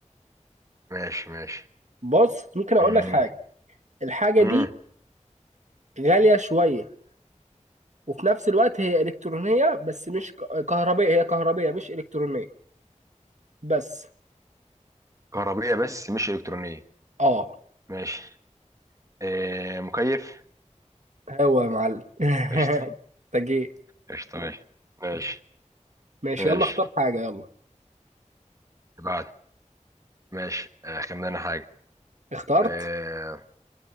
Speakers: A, on the right (about 25°); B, on the right (about 70°).
A: ماشي ماشي
B: بص ممكن أقول
A: مم.
B: لك حاجة الحاجة
A: مم.
B: دي غالية شوية وفي نفس الوقت هي إلكترونية بس مش ك- كهربائية هي كهربائية مش إلكترونية بس
A: كهربية بس مش إلكترونية
B: آه
A: ماشي آه، مكيف
B: هو يا معلم <laughs>
A: قشطة
B: أنت جيت
A: قشطة ماشي ماشي
B: ماشي
A: ماشي
B: يلا اختار حاجة يلا
A: اللي بعد ماشي آه خمن أنا حاجة
B: اخترت
A: آه